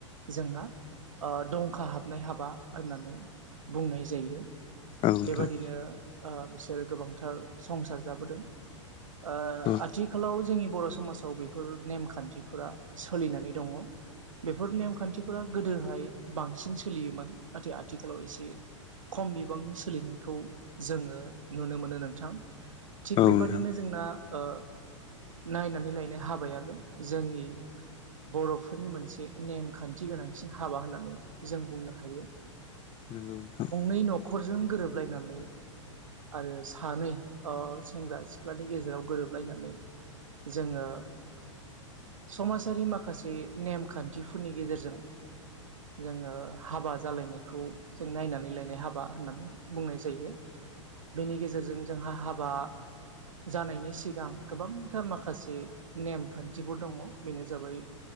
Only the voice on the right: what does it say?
जोंहा ओ दंखा हाबनाय हाबा होननानै बुंनाय जायो।
बेबादिनो ओ बिसोरो गोबांथार संसार जाबोदों ओ
आथिखालाव जोंनि बर' समाजाव बेफोर नेमखान्थिफोरा सोलिनानै दङ' बेफोर नेमखान्थिफोरा गोदोहाय बांसिन सोलियोमोन नाथाय आथिखालाव एसे खम बिबांनि सोलिनायखौ जोङो नुनो मोनो नोंथां। थिग
बेबादिनो
जोंना ओ नायनानै लायनाय हाबायानो जोंनि बर'फोरनि मोनसे नेमखान्थि गोनांसिन हाबा होननानै जों बुंनो हायो।
नै न'खरजों गोरोबलायनानै आरो सानै ओ सेंग्रा सिख्लानि गेजेराव गोरोबलायनानै जोङो समाजारि माखासे नेमखान्थिफोरनि गेजेरजों जोङो हाबा जालायनायखौ जों नायनानै लाय नाय हाबा होननानै बुंनाय जायो बेनि गेजेरजों जोंहा हाबा जानायनि सिगां गोबांथार माखासे नेमखान्थिफोर दङ' बेनो जाबाय